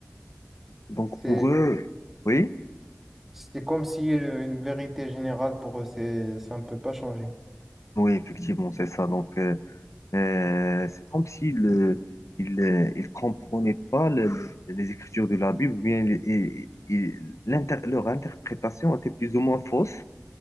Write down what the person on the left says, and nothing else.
donc
pour eux, oui,
oui, effectivement, c'est ça. Donc euh, euh, c'est comme s'ils ne ils, euh, ils comprenaient pas le- le- les écritures de la Bible, ou bien ils- ils- ils- l'inter- leur interprétation était plus ou moins fausse.